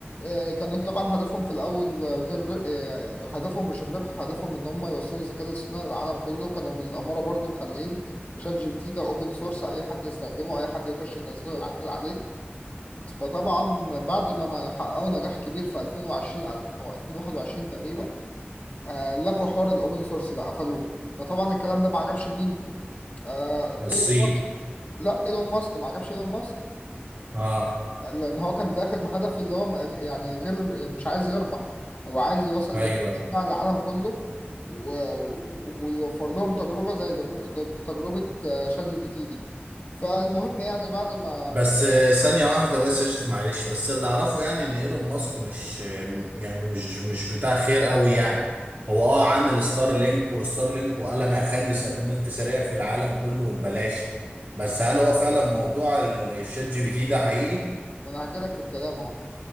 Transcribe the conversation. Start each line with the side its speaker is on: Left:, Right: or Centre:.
Left: آه، كانوا طبعا هدفهم في الأول آه، غير آه، هدفهم مش الربح هدفهم إن هم يوصلوا الذكاء الاصطناعي للعالم كله كانوا بالأمارة برضو مخلين شات جي بي تي ده أوبن سورس أي حد يستخدمه أي حد يخش ينزله يعدل عليه فطبعا بعد ما نا- حققوا نجاح كبير في 2020 أو 2021 تقريبا آه، لغوا حوار الأوبن سورس ده قفلوه فطبعا الكلام ده ما عجبش مين؟ آه،
Right: الصين
Left: إيلون- لا ايلون ماسك ما عجبش ايلون ماسك
Right: اه
Left: يعني لان هو كان داخل بهدف اللي هو ما- يعني غير مش عايز يربح هو عايز يوصل الذكاء
Right: ايوه
Left: الاصطناعي
Right: ايوه
Left: للعالم كله و... و- ويوفر لهم تجربة زي دك- دك- تجربة آه، شات جي بي تي دي فالمهم يعني بعد ما
Right: بس آه، ثانية واحدة بس يا يوسف معلش بس اللي اعرفه يعني ان ايلون ماسك مش آه، يعني مش مش بتاع خير قوي يعني هو اه عامل ستار لينك وستار لينك وقال انا هخلي س- النت سريع في العالم كله ببلاش بس هل هو فعلا موضوع ال- الشات جي بي تي ده حقيقي؟
Left: ما انا هجيلك في الكلام اهو